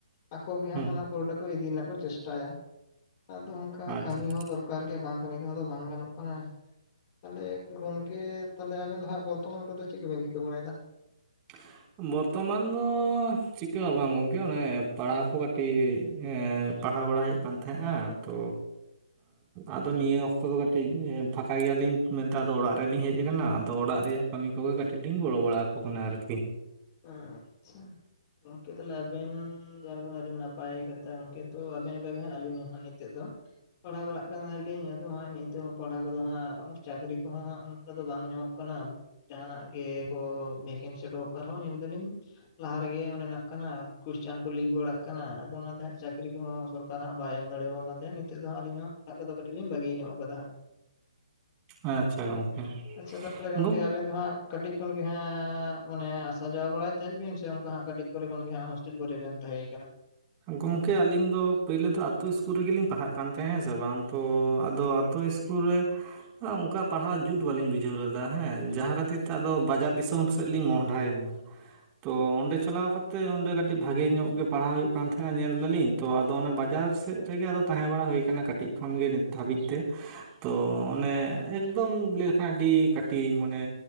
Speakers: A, on the left; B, on the right.
A: ᱟᱠᱚ ᱜᱮ ᱦᱟᱸᱜ
B: ᱦᱩᱸ
A: ᱚᱱᱟ ᱯᱨᱳᱰᱟᱠ ᱠᱚ ᱤᱫᱤ ᱨᱮᱱᱟᱜ ᱠᱚ ᱪᱮᱥᱴᱟᱭᱟ ᱟᱫᱚ ᱚᱱᱠᱟ
B: ᱟᱪᱪᱷᱟ
A: ᱠᱟᱹᱢᱤ ᱦᱚᱸ ᱫᱚᱨᱠᱟᱨ ᱜᱮᱭᱟ ᱵᱟᱝ ᱠᱟᱹᱢᱤ ᱨᱮᱦᱚ ᱫᱚ ᱵᱟᱝ ᱜᱟᱱᱚᱜ ᱠᱟᱱᱟ ᱾ ᱛᱟᱦᱚᱞᱮ ᱜᱚᱢᱠᱮ ᱛᱟᱦᱚᱞᱮ ᱟᱵᱤᱱ ᱫᱚ ᱦᱟᱸᱜ ᱵᱚᱨᱛᱚᱢᱟᱱ ᱠᱚᱫᱚ ᱪᱮᱫ ᱠᱚᱵᱮᱱ ᱪᱤᱠᱟᱹ ᱵᱟᱲᱟᱭᱮᱫᱟ?
B: <inaudible> ᱵᱚᱨᱛᱚᱢᱟᱱ ᱫᱚ ᱪᱤᱠᱟᱹ ᱦᱚ ᱵᱟᱝ ᱜᱚᱢᱠᱮ ᱚᱱᱮ ᱯᱟᱲᱦᱟᱣ ᱠᱚ ᱠᱟᱹᱴᱤᱡ ᱯᱟᱲᱦᱟᱣ ᱵᱟᱲᱟ ᱦᱩᱭᱩᱜ ᱠᱟᱱ ᱛᱟᱦᱮᱸᱜᱼᱟ ᱛᱚ ᱟᱫᱚ ᱱᱤᱭᱟᱹ ᱚᱠᱛᱚ ᱫᱚ ᱠᱟᱹᱴᱤᱡ ᱯᱷᱟᱸᱠᱟ ᱜᱮᱭᱟᱞᱤᱧ ᱢᱮᱱᱛᱮ ᱟᱫᱚ ᱚᱲᱟᱜ ᱨᱮᱞᱤᱧ ᱦᱮᱡ ᱟᱠᱟᱱᱟ ᱟᱫᱚ ᱚᱲᱟᱜ ᱨᱮᱭᱟᱜ ᱠᱟᱹᱢᱤ ᱠᱚᱜᱮ ᱠᱟᱹᱴᱤᱡ ᱞᱤᱧ ᱜᱚᱲᱚ ᱵᱟᱲᱟ ᱟᱠᱚ ᱠᱟᱱᱟ ᱟᱨᱠᱤ
A: ᱟᱪᱪᱷᱟ ᱜᱚᱢᱠᱮ ᱛᱟᱦᱚᱞᱮ ᱟᱵᱮᱱ <unintelligible> ᱟᱹᱰᱤ ᱱᱟᱯᱟᱭ ᱠᱟᱛᱷᱟ ᱜᱚᱢᱠᱮ ᱛᱚ ᱟᱵᱮᱱ ᱞᱮᱠᱟ ᱜᱮ ᱟᱹᱞᱤᱧ ᱦᱚ ᱱᱤᱛᱚᱜ ᱫᱚ ᱯᱟᱲᱦᱟᱣ ᱵᱟᱲᱟᱜ ᱠᱟᱱ ᱛᱟᱦᱮᱞᱤᱧ ᱟᱫᱚ ᱦᱚᱸᱜᱼᱚᱭ ᱱᱤᱛᱚᱜ ᱦᱚᱸ ᱯᱟᱲᱦᱟᱣ ᱠᱚᱫᱚ ᱦᱟᱸᱜ ᱪᱟᱹᱠᱨᱤ ᱠᱚᱦᱚᱸ ᱦᱟᱸᱜ ᱫᱚ ᱵᱟᱝ ᱧᱟᱢᱚᱜ ᱠᱟᱱᱟ ᱡᱟᱦᱱᱟᱜ ᱜᱮ ᱠᱚ ᱵᱷᱮᱠᱮᱱᱥᱤ ᱩᱰᱩᱠᱚᱜ ᱠᱟᱱ ᱨᱮᱦᱚᱸ ᱧᱮᱞ ᱫᱟᱞᱤᱧ ᱞᱟᱦᱟ ᱨᱮᱜᱮ ᱚᱱᱮᱱᱟᱜ ᱠᱟᱱᱟ ᱠᱚᱥᱪᱟᱱ ᱠᱚ ᱞᱤᱠ ᱵᱟᱲᱟᱜ ᱠᱟᱱᱟ ᱟᱫᱚ ᱚᱱᱟᱛᱮ ᱦᱟᱸᱜ ᱪᱟᱹᱠᱨᱤ ᱠᱚᱦᱚᱸ ᱥᱚᱨᱠᱟᱨ ᱚᱱᱠᱟ ᱦᱟᱸ ᱵᱟᱭ ᱮᱢ ᱫᱟᱲᱮ ᱟᱵᱚᱱ ᱠᱟᱱ ᱛᱟᱦᱮᱸᱜ ᱱᱤᱛᱚᱜ ᱫᱚ ᱟᱹᱞᱤᱧ ᱦᱚᱸ ᱯᱟᱲᱦᱟᱣᱜ ᱠᱚᱫᱚ ᱠᱟᱹᱴᱤᱡ ᱞᱤᱧ ᱵᱟᱹᱜᱤ ᱧᱚᱜ ᱟᱠᱟᱫᱟ ᱾
B: ᱟᱪᱪᱷᱟ ᱜᱚᱝᱠᱮ
A: ᱟᱪᱪᱷᱟ ᱛᱟᱦᱚᱞᱮ ᱜᱚᱝᱠᱮ
B: ᱜᱚᱝ
A: ᱟᱵᱤᱱ ᱫᱚ ᱦᱟᱸᱜ ᱠᱟᱹᱴᱤᱡ ᱠᱷᱚᱱ ᱜᱮ ᱦᱟᱸᱜ ᱚᱱᱮ ᱟᱥᱟ ᱡᱟᱣᱟ ᱵᱟᱲᱟᱭᱮᱫ ᱛᱟᱦᱮᱸᱫ ᱵᱤᱱ ᱥᱮ ᱚᱱᱠᱟ ᱦᱟᱸᱜ ᱠᱟᱹᱴᱤᱡ ᱠᱚᱨᱮ ᱠᱷᱚᱱ ᱜᱮ ᱦᱟᱸᱜ ᱠᱚᱨᱮ ᱵᱮᱱ ᱛᱟᱦᱮᱸ ᱠᱟᱱᱟ
B: ᱜᱚᱢᱠᱮ ᱟᱹᱞᱤᱧ ᱫᱚ ᱯᱳᱭᱞᱳ ᱫᱚ ᱟᱛᱳ ᱥᱠᱩᱞ ᱨᱮᱜᱮᱞᱤᱧ ᱯᱟᱲᱦᱟᱜ ᱠᱟᱱ ᱛᱟᱦᱮᱸᱫ ᱦᱮᱸ ᱥᱮ ᱵᱟᱝ ᱛᱚ ᱟᱫᱚ ᱛᱚ ᱤᱥᱠᱩᱞ ᱨᱮ ᱚᱱᱠᱟ ᱯᱟᱲᱦᱟᱣ ᱡᱩᱛ ᱵᱟᱹᱞᱤᱧ ᱵᱩᱡᱷᱟᱹᱣ ᱞᱮᱫᱟ ᱦᱮᱸ ᱾ ᱡᱟᱦᱟᱸ ᱠᱷᱟᱹᱛᱤᱨ ᱛᱮ ᱟᱫᱚ ᱵᱟᱡᱟᱨ ᱫᱤᱥᱚᱢ ᱥᱮ ᱥᱮᱫ ᱞᱤᱧ ᱢᱚᱦᱰᱟᱭᱮᱱᱟ ᱛᱚ ᱚᱸᱰᱮ ᱪᱟᱞᱟᱣ ᱠᱟᱛᱮ ᱚᱸᱰᱮ ᱠᱟᱹᱴᱤᱡ ᱵᱷᱟᱜᱮ ᱧᱚᱜ ᱜᱮ ᱯᱟᱲᱦᱟᱣ ᱦᱩᱭᱩᱜ ᱠᱟᱱ ᱛᱟᱦᱮᱸᱱᱟ ᱧᱮᱞ ᱫᱟᱞᱤᱧ ᱛᱚ ᱟᱫᱚ ᱚᱱᱟ ᱵᱟᱡᱟᱨ ᱥᱮᱫ ᱨᱮᱜᱮ ᱟᱫᱚ ᱛᱟᱦᱮᱸ ᱵᱟᱲᱟ ᱦᱩᱭ ᱟᱠᱟᱱᱟ ᱠᱟᱹᱴᱤᱡ ᱠᱷᱚᱱ ᱜᱮ ᱱᱤᱛᱚᱜ ᱦᱟᱹᱵᱤᱡ ᱛᱮ ᱛᱚ ᱚᱱᱮ ᱮᱠᱫᱚᱢ ᱞᱟᱹᱭ ᱞᱮᱠᱷᱟᱱ ᱟᱹᱰᱤ ᱠᱟᱹᱴᱤᱡ ᱢᱟᱱᱮ